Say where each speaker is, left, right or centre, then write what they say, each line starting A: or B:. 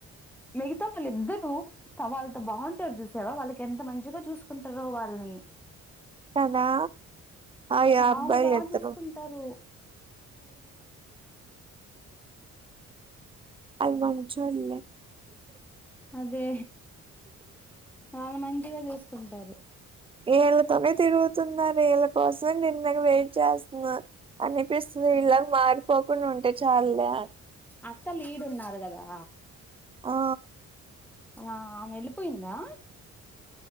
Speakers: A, in the centre; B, on the right.
A: మిగతా వాళ్ళిద్దరు వాళ్ళతో బాగుంటారు చూసావా వాళ్ళకి ఎంత మంచిగా చూసుకుంటారో వాళ్లని
B: కదా అయ
A: చాలా
B: అబ్బా
A: బాగా
B: ఎత్తాడు
A: చూసుకుంటారు
B: అది మంచోల్లే
A: అదే వాళ్ళు మంచిగా చూసుకుంటారు
B: ఏళ్ళతోనే తిరుగుతున్నారు ఏళ్ళ కోసం నిన్నగా వెయిట్ చేస్తున్నా అనిపిస్తుంది ఇలాగ మారిపోకుండా ఉంటే చాలులే అని.
A: అసలు ఈడున్నారు కదా
B: ఆ!
A: ఆ ఆమె ఏళ్ళిపోయిందా